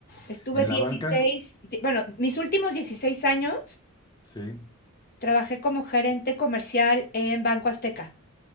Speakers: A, on the left; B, on the left.
A: estuve
B: ¿En
A: 16.
B: la banca?
A: di- bueno, mis últimos 16 años
B: Sí.
A: Trabajé como gerente comercial en Banco Azteca.